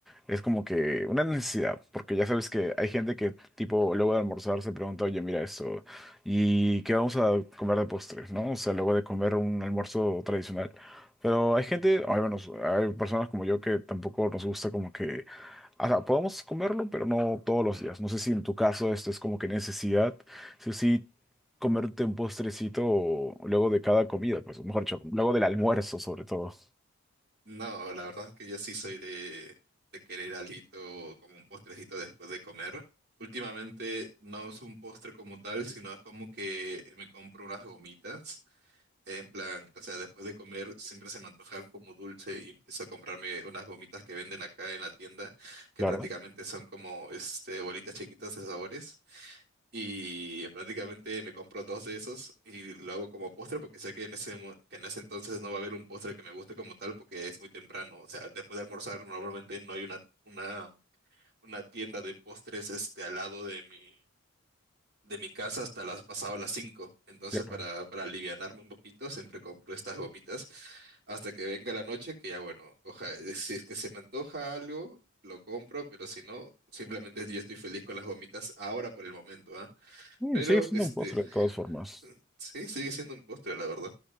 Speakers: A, in the centre; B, on the right.
A: es como que una necesidad, porque ya sabes que hay gente que, tipo, luego de almorzar se pregunta, oye, mira esto, ¿y qué vamos a comer de postre? ¿No? O sea, luego de comer un almuerzo tradicional. Pero hay gente,
B: Ujú.
A: o al menos hay personas como yo que tampoco nos gusta como que o sea, podemos comerlo, pero no todos los días. No sé si en tu caso esto es como que necesidad, sí o sí, comerte un postrecito luego de cada comida, pues, o mejor dicho, luego del almuerzo, sobre todo.
B: No, la verdad es que yo sí soy de, de querer algo como un postrecito después de comer. Últimamente no uso un postre como tal, sino es como que me compro unas gomitas. En plan, o sea, después de comer siempre se me antoja algo como dulce y empiezo a comprarme unas gomitas que venden acá en la tienda, que
A: Claro.
B: prácticamente son como este bolitas chiquitas de sabores. Y prácticamente me compro dos de esos y lo hago como postre porque sé que en ese, mo- que en ese entonces no va a haber un postre que me guste como tal porque es muy temprano. O sea, después de almorzar normalmente no hay una, una, una tienda de postres este, al lado de mi, de mi casa hasta las pasado las cinco Entonces
A: Ya.
B: para, para alivianarme un poquito siempre compro estas gomitas hasta que venga la noche que ya bueno, oja, eh, si es que se me antoja algo, lo compro, pero si no, simplemente yo estoy feliz con las gomitas ahora por el momento, ¿ah?
A: Sí,
B: Pero,
A: sigue siendo
B: este,
A: un postre de todas formas.
B: <laughs> sí, sigue siendo un postre, la verdad.